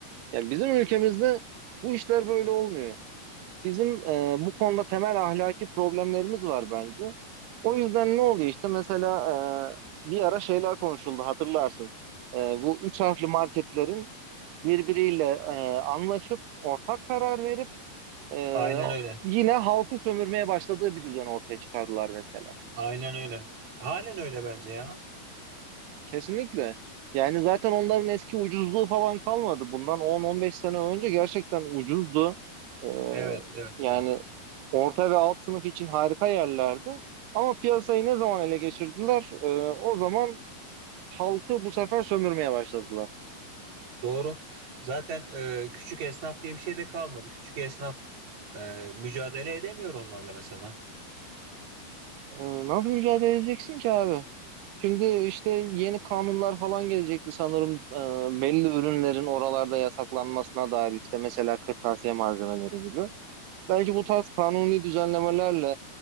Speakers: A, on the right (about 80°); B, on the right (about 45°).
A: yani bizim ülkemizde bu işler böyle olmuyor. Bizim e, bu konuda temel ahlaki problemlerimiz var bence. O yüzden ne oluyor işte mesela e, bir ara şeyler konuşuldu hatırlarsın. E, bu üç harfli marketlerin birbiriyle e, anlaşıp ortak karar verip e,
B: Aynen öyle.
A: yine halkı sömürmeye başladığı bir düzen ortaya çıkardılar mesela.
B: Aynen öyle. Halen öyle bence ya.
A: Kesinlikle. Yani zaten onların eski ucuzluğu falan kalmadı. Bundan 10-15 sene önce gerçekten ucuzdu. E,
B: Evet, evet,
A: yani
B: evet.
A: orta ve alt sınıf için harika yerlerdi. Ama piyasayı ne zaman ele geçirdiler? E, o zaman halkı bu sefer sömürmeye başladılar.
B: Doğru. Zaten e, küçük esnaf diye bir şey de kalmadı. Küçük esnaf e, mücadele edemiyor onlarla mesela.
A: E, nasıl mücadele edeceksin ki abi? Şimdi işte yeni kanunlar falan gelecekti sanırım e, belli ürünlerin oralarda yasaklanmasına dair işte mesela kırtasiye malzemeleri gibi. Belki bu tarz kanuni düzenlemelerle